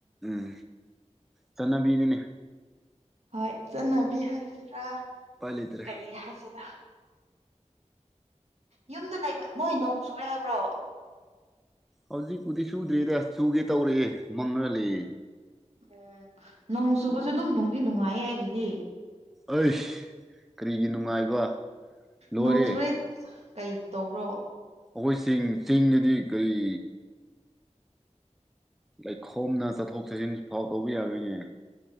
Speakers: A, in the centre; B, on the right.
A: ꯑꯝ ꯆꯠꯅꯕꯤꯅꯤꯅꯦ
B: ꯍꯣꯏ ꯆꯠꯅꯕꯤ ꯍꯥꯏꯁꯤꯔꯥ
A: ꯎꯄꯥꯏ ꯂꯩꯇ꯭ꯔꯦ
B: ꯀꯔꯤ ꯍꯥꯏꯁꯤꯔꯥ ꯌꯨꯝꯗ ꯂꯩꯕ ꯝꫭꯏ ꯅꯣꯡ ꯆꯨꯨꯔꯦ ꯍꯥꯏꯕ꯭ꯔꯣ
A: ꯍꯧꯖꯤꯛꯄꯨꯗꯤ ꯁꯨꯗ꯭ꯔꯤꯗ ꯁꯨꯒꯦ ꯇꯧꯔꯤꯑꯦ ꯃꯪꯉ ꯂꯩꯑꯦ
B: ꯎꯝ ꯅꯣꯡ ꯆꯨꯕꯁꯨ ꯑꯗꯨꯝ ꯅꯨꯡꯗꯤ ꯅꯨꯡꯉꯥꯏꯌꯦ ꯑꯩꯒꯤꯗꯤ
A: ꯑꯩꯁ ꯀꯔꯤꯒꯤ ꯅꯨꯡꯉꯥꯏꯕ ꯂꯣꯏꯔꯦ
B: ꯅꯣꯡꯆꯨꯨꯔꯦꯠ ꯀꯩ ꯇꯧꯕ꯭ꯔꯣ
A: ꯑꯒꫭꯏ ꯆꯤꯡ ꯆꯤꯡꯗꯗꯤ ꯀꯩ ꯂꯩꯈꯣꯝꯅ ꯆꯠꯊꯣꯛ ꯆꯠꯁꯤꯟ ꯐꯥꯎ ꯇꯧꯕ ꯌꯥꯔꯣꯏꯅꯦ